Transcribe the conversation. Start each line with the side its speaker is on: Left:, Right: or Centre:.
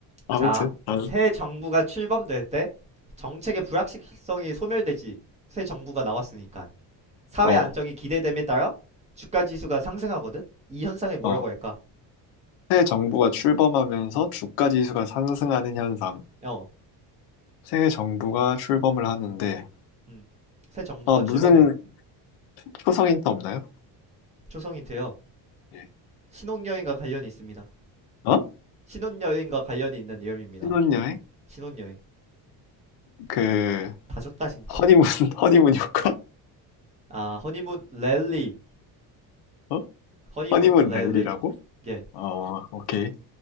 Left: 아무튼.
Right: 자,
Left: 다음.
Right: 새 정부가 출범될 때 정책의 불확실성이 소멸되지 새 정부가 나왔으니까 사회
Left: 어,
Right: 안정이 기대됨에 따라 주가 지수가 상승하거든. 이 현상을 뭐라고
Left: 어.
Right: 할까?
Left: 새 정부가 출범하면서 주가 지수가 상승하는 현상.
Right: 어,
Left: 새 정부가 출범을 하는데,
Right: 음, 새 정부가
Left: 어, 무슨
Right: 출범해
Left: 초성 힌트 없나요?
Right: 초성인되요
Left: 예.
Right: 신혼여행과 관련이 있습니다.
Left: 어?
Right: 신혼여행과 관련이 있는 내용입니다.
Left: 신혼여행?
Right: 신혼여행
Left: 그,
Right: 다 줬다 진짜.
Left: 허니문, <laughs> 허니문 효과?
Right: 아, 허니문 랠리,
Left: 어?
Right: 허니문
Left: 허니문
Right: 랠리.
Left: 랠리라고?
Right: 예,
Left: 어, 오케이.